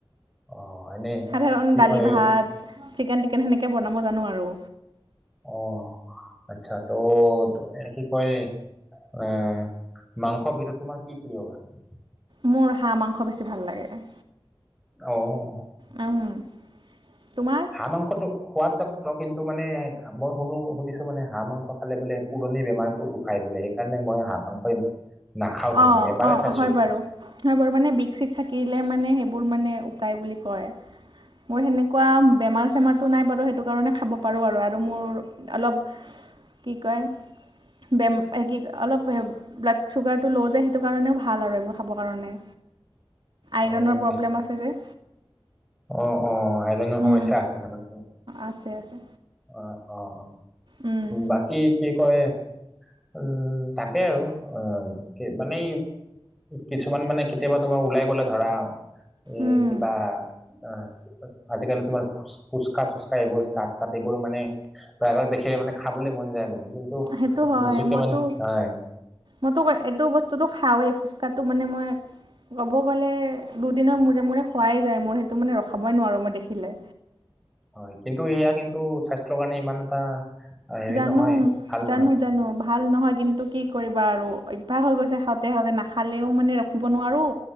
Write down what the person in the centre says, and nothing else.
অহ এনে
কি
কয়
অহ আচ্ছা ত এনে কি কয় এহ মাংসৰ ভিতৰত তোমাৰ কি প্ৰিয় বাৰু
অহ
হাহঁ মাংসতো সোৱাদ‌ চব কিন্তু মানে মই শুনো শুনিছো মানে হাঁহ মাংস খালে বোলে পুৰণি বেমাৰবোৰ উকাই বোলে সেইকাৰণে মই হাঁহ মাংস নাখাওঁ তেনেকে
এবাৰেই
খাইছো
অ'।
অহ অহ আইৰণ
সমস্যা আছে তাৰমানে ত
অহ অহ
বাকী কি কয় উম তাকে আৰু অহ কি মানে কিছুমান মানে কেতিয়াবা তোমাৰ ওলাই গ'লে ধৰা এই
কিবা আচ আজিকালি তোমাৰ ফুচকা চুচকা এইবোৰ চাট পাতিবোৰ মানে প্ৰায়ভাগ দেখিলে মানে খাবলৈ মন যায় মানে কিন্তু
নিজকে
মানে নাই
হয় কিন্তু ইয়া কিন্তু স্বাস্থ্যৰ কাৰণে ইমান এটা হেৰি
নহয় ভাল নহয়